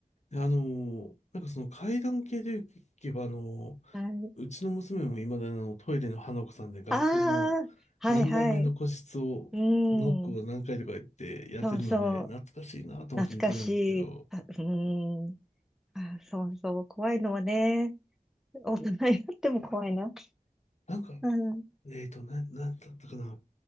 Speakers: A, on the left (about 55°); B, in the centre.
A: あの、なんかその階段系で言えば、あの、
B: はい。
A: うちの娘も未だにあのトイレの花子さんで学校の
B: ああー、はいはい。
A: 何番目の個室をノックを何回とか言ってやってるので、
B: うん。そうそう。
A: 懐かしいなと思って見てるんですけど、
B: 懐かしい。あ、うん。あ、そうそう。怖いのはね、大人になっても怖いな。
A: なんか、
B: うん。
A: えっと、な、なんだったかな。